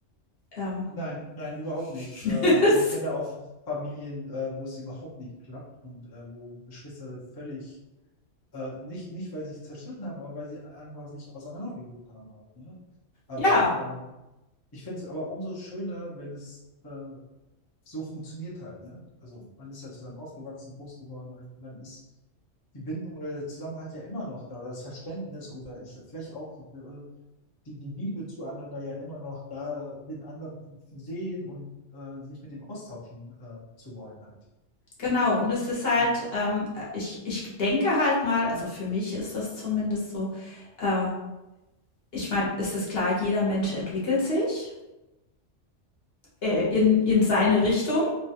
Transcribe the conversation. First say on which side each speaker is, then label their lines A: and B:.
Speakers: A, on the left; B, on the left.
A: ähm,
B: Nein, nein, überhaupt nicht.
A: <laughs>
B: Äh, also ich kenne da auch Familien, äh, wo es überhaupt nicht klappt und äh, wo Geschwister völlig, äh, nicht, nicht weil sie sich zerstritten haben, aber weil sie einfach sich auseinandergelebt haben halt, ne? Aber
A: ja,
B: ähm, ich finde es aber umso schöner, wenn es äh, so funktioniert halt, ne? Also man ist ja zusammen aufgewachsen, groß geworden halt, und dann ist die Bindung oder der Zusammenhalt ja immer noch da oder das Verständnis oder ich vielleicht auch äh, die, die Liebe zueinander ja immer noch da, den anderen zu sehen und äh, sich mit dem austauschen äh, zu wollen halt.
A: genau. Und es ist halt,
B: Ja,
A: ähm, äh, ich, ich denke halt mal, also für mich ist das zumindest so, äh, Ich meine, es ist klar, jeder Mensch entwickelt sich äh, in, in seine Richtung